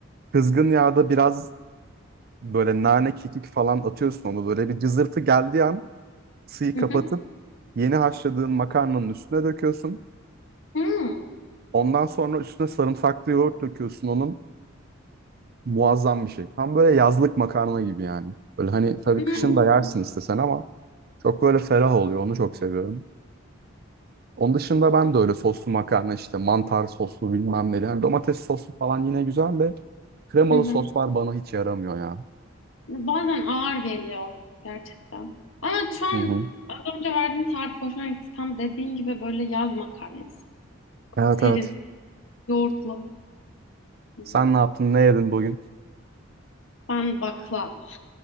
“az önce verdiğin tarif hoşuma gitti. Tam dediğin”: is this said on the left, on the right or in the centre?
Left